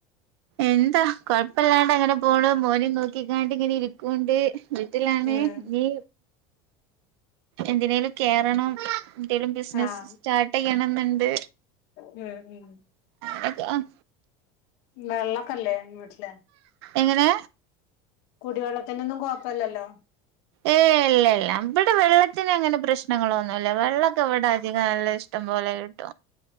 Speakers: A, on the right (about 80°); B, on the left (about 55°).
A: എന്താ കൊഴപ്പല്ലാണ്ടങ്ങനെ പോണൂ മോനിം നോക്കിക്കാണ്ട്ങ്ങനെ ഇരിക്കുണ്ട് വീട്ടിലാണ്
B: ഉം
A: ഇഞ്ഞ് എന്തിനേലും കേറണം എന്തേലും ബിസിനസ്
B: ആഹ്
A: സ് സ്റ്റാർട്ടെയ്യണന്ന്ണ്ട്
B: ഉം ഉം.
A: ടക്ക് ആഹ്.
B: വെള്ളക്കല്ലേ വീട്ടില്
A: എങ്ങനെ
B: കുടിവെള്ളത്തിനൊന്നും കൊപ്പില്ലല്ലോ.
A: ഏ ഇല്ല ഇല്ല ഇവിടെ വെള്ളത്തിനന് അങ്ങനെ പ്രശ്നങ്ങളൊന്നുല്ല വെള്ളൊക്കെ ഇവിടെ അധികം നല്ല ഇഷ്ടം പോലെ കിട്ടും.